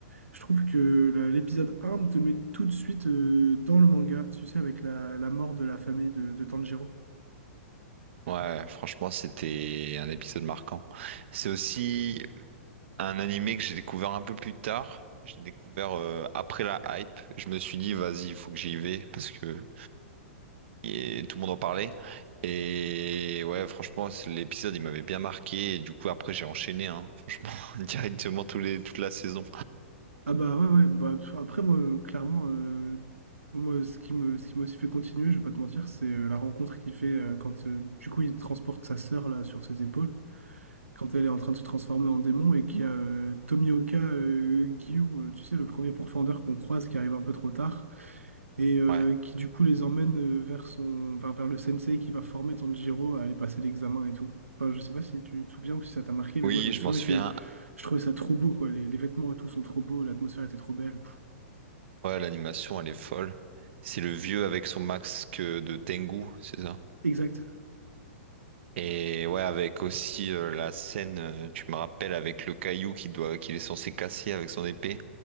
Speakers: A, on the right; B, on the right.
A: je trouve que la- l'épisode un te met tout de suite euh, dans le manga, tu sais, avec la, la mort de la famille de, de Tanjiro.
B: Ouais, franchement, c'était un épisode marquant. C'est aussi un animé que j'ai découvert un peu plus tard. J'ai découvert euh, après la hype. Je me suis dit, vas-y, il faut que j'y vais parce que et tout le monde en parlait. Et ouais, franchement, c'est- l'épisode, il m'avait bien marqué. Et du coup, après, j'ai enchaîné, hein, franchement, <laughs> directement tous les, toute la saison.
A: Ah bah ouais, ouais, bah pff, après moi, euh, clairement, euh, moi, ce qui me, ce qui m'a aussi fait continuer, je vais pas te mentir, c'est euh, la rencontre qu'il fait euh, quand, euh, du coup, il transporte sa sœur, là, sur ses épaules, quand elle est en train de se transformer en démon, et qu'il y a euh, Tomioka euh, Gyu, euh, tu sais, le premier pourfendeur qu'on croise, qui arrive un peu trop tard, et euh,
B: Ouais.
A: qui, du coup, les emmène euh, vers son, enfin, vers le sensei qui va former Tanjiro à aller passer l'examen et tout. Enfin, je sais pas si tu te souviens ou si ça t'a marqué, mais
B: Oui,
A: moi, je me
B: je
A: souviens
B: m'en souviens.
A: que je trouvais ça trop beau, quoi. Les, les vêtements et tout sont trop beaux, l'atmosphère était trop belle.
B: Ouais, l'animation, elle est folle. C'est le vieux avec son masque de Tengu, c'est ça?
A: Exact.
B: Et ouais, avec aussi euh, la scène, euh, tu me rappelles, avec le caillou qui doit, qu'il est censé casser avec son épée.